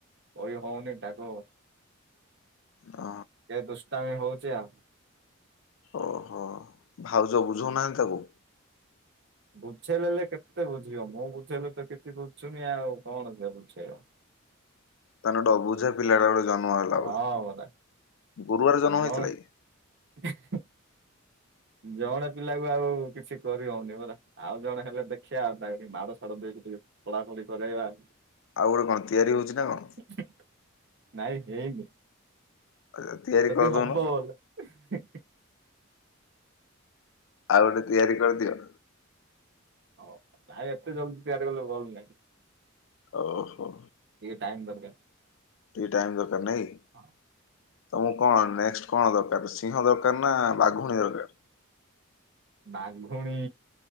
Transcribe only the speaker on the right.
କଇ ହୋଉନି ତାକୁ
କେ ଦୁଷ୍ଟାମୀ ହୋଉଚି ଆଉ।
ବୁଝେଇ ଦେଲେ କେତେ ବୁଝିବ, ମୁଁ ବୁଝେଇଲେ ତ କିଛି ବୁଝୁନି ଆଉ କଣ ବୁଝେଇବ?
ହଁ
ପରା
ଆଉ
ଜଣେ
<unintelligible> ଜଣେ ପିଲା କୁ ଆଉ କିଛି କରିହଉନି ପରା। ଆଉ ଜଣ ହେଲେ ଦେଖିବା ଆଉ ତାକୁ ମାଡ଼ ସାଡ଼ ଦେଇକି ଟିକେ ଖୋଳାଖୋଳି କରେଇବା ହୁ
ହୁ। ନାଇଁ ହେଇନି
ଯଦି
ହବ ହୁ ହୁ
ହଉ ଭାଇ ଏତେ ଜଲ୍ଦି ତିଆରି କଲେ ଭଲ ନାହିଁ।
ଟିକେ ଟାଇମ୍ ଦରକାର୍।
<unintelligible>
ବାଘୁଣୀ।